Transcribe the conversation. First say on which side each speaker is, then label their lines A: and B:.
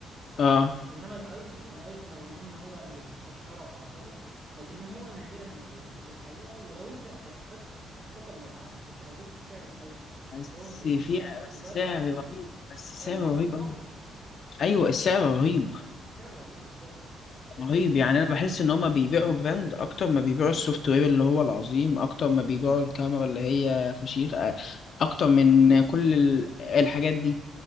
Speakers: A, on the right; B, on the left.
A: إيه،
B: اه
A: انما الايفون الايفون رغم ان هو انا بشوف فشخره وعنطزه لكن هو نادرا لما بيهنج الحقيقه ولو انت بس بس احقاقا للحق انت لو جبت بسعر الايفون
B: بس
A: اللي هو ما بيهنجش
B: في بس
A: موبايل
B: سعر
A: اندرويد
B: رهيب بس
A: مش
B: سعر
A: هيهنج
B: رهيب
A: برضه
B: أوي أيوة السعر رهيب
A: السعر رهيب بالظبط بس
B: رهيب
A: في
B: يعني أنا بحس إن هما بيبيعوا براند أكتر ما بيبيعوا السوفت وير اللي هو العظيم أكتر ما بيبيعوا الكاميرا اللي هي فشيخ أ- أكتر من كل ال- الحاجات دي